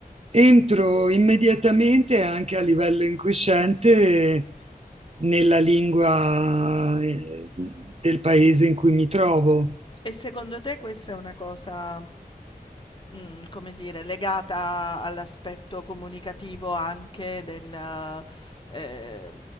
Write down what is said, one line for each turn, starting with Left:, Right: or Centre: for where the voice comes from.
Right: entro immediatamente anche a livello incosciente nella lingua eh, del paese in cui mi trovo.
Left: E secondo te questa è una cosa, mm, come dire, legata all'aspetto comunicativo anche del, eh,